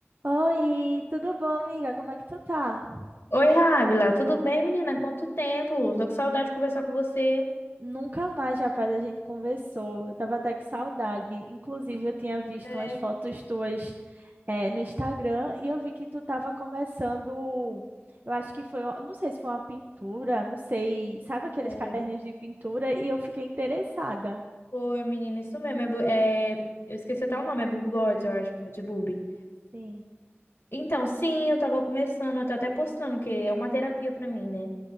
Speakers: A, on the right; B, on the left.
A: Oi, tudo bom, amiga? Como é que tu tá?
B: Oi, Rávila, tudo bem, menina? Quanto tempo? Tô com saudade de conversar com você.
A: Nunca mais, rapaz, a gente conversou. Eu tava até com saudade. Inclusive, eu tinha visto
B: É,
A: umas fotos tuas, eh, no Instagram e eu vi que tu tava começando. Eu acho que foi, não sei se foi uma pintura, não sei. Sabe aqueles
B: foi.
A: caderninhos de pintura? E eu fiquei interessada.
B: Oi, menina, isso mesmo. É, bu- é- Eu esqueci até o nome, é Bubu God, eu acho, de Bubi.
A: Sim.
B: Então, sim, eu tava começando, eu tô até postando, que é uma terapia pra mim, né?